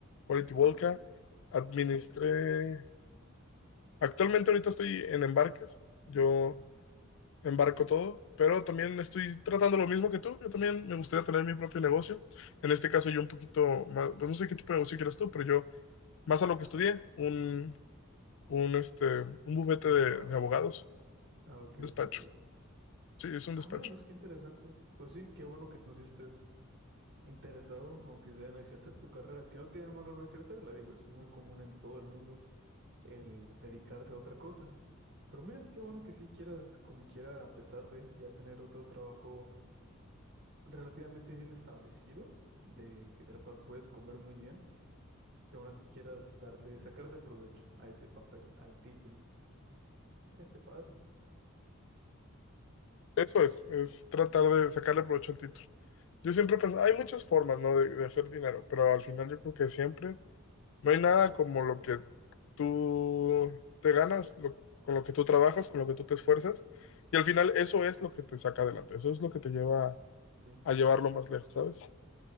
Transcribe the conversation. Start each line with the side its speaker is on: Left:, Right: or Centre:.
Left: Quality Volca,
Right: Ah, ok.
Left: administré, actualmente ahorita estoy en embarques, yo embarco todo, pero también estoy tratando lo mismo que tú, yo también me gustaría tener mi propio negocio, en este caso yo un poquito más, pues no sé qué tipo de negocio quieras tú, pero yo más a lo que estudié, un, un, este, un bufete
Right: Despacho.
Left: de, de abogados,
Right: Ah, ok,
Left: despacho,
Right: ok, ok.
Left: sí, es un
Right: Ah,
Left: despacho.
Right: mira, pues qué interesante. Pues sí, qué bueno que tú sí estés interesado, aunque sea en ejercer tu carrera, que no tiene malo no ejercerla, digo, es muy común en todo el mundo el dedicarse a otra cosa. Pero mira, qué bueno que sí quieras, como quiera, a pesar de ya tener otro trabajo relativamente bien establecido, de, que- del cual puedes comer muy bien, que aún así quieras darle, sacarle provecho a ese papel, al título. Mira, qué padre.
Left: Eso es, es tratar de sacarle provecho al título. Yo siempre pensé, hay muchas formas, ¿no? de, de hacer dinero, pero al final yo creo que siempre no hay nada como lo que tú te ganas, lo- con lo que tú trabajas, con lo que tú te esfuerzas, y al final eso es lo que te saca adelante, eso es lo que te lleva
Right: Sí,
Left: a llevarlo más lejos, ¿sabes?